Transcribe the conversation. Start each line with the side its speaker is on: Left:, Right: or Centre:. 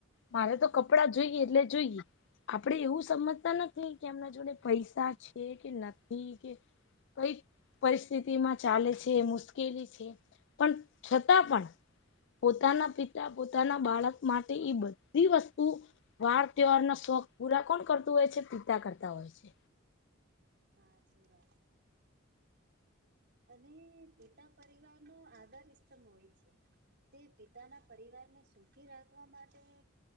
Left: મારે તો કપડાં જોઈએ એટલે જોઈએ! આપણે એવું સમજતા નથી કે એમના જોડે પૈસા છે કે નથી કે- કઈ પરિસ્થિતિ માં ચાલે છે, મુશ્કેલી છે. પણ છતાં પણ- પોતાના પિતા પોતાના બાળક માટે એ બધી વસ્તુ- વાર તહેવાર ન શોખ પૂરા કોણ કરતું હોય છે પિતા કરતા હોય છે.
Right: આચી વાત અને પિતા પરિવાર નો આધાર સ્તંભ હોય છે. તે પિતાના પરિવારને સુખી રાખવા માટે-